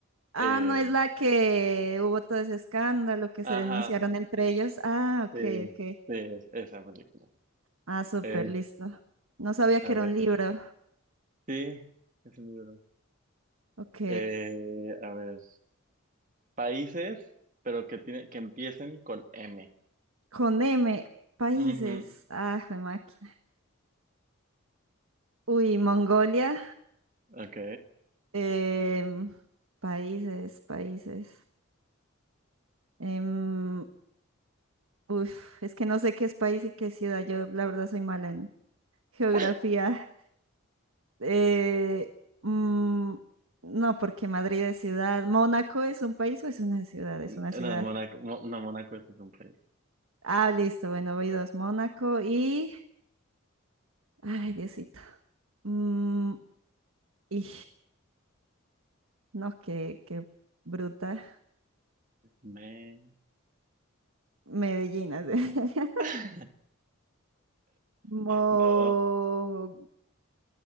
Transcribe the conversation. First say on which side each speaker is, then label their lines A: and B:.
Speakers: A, on the right; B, on the right.
A: ah,
B: eh,
A: no es la que hubo todo ese escándalo que
B: ajá,
A: se denunciaron entre ellos. Ah, ok,
B: sí,
A: ok.
B: sí, es esa película.
A: Ah, súper,
B: Es,
A: listo. No sabía que
B: a
A: era
B: ver,
A: un libro.
B: sí, es un libro.
A: Ok.
B: Eh, a ver, países, pero que tiene, que empiecen con M.
A: Con M, países.
B: Ujú,
A: Ah, jue máquina. Uy, Mongolia.
B: Ok.
A: Em, países, países. Em, uf, es que no sé qué es país y qué es ciudad. Yo, la verdad, soy mala en geografía.
B: <laughs>
A: Eh, mm, no, porque Madrid es ciudad. ¿Mónaco es un país o es una ciudad? Es
B: Una,
A: una ciudad.
B: Mónaco, Mo- no, Mónaco ese es un país.
A: Ah, listo. Bueno, voy dos. Mónaco y. Ay, Diosito. Mm, y no, qué, qué bruta.
B: Me...
A: Medellín, así. <laughs>
B: <laughs>
A: Mo-
B: No,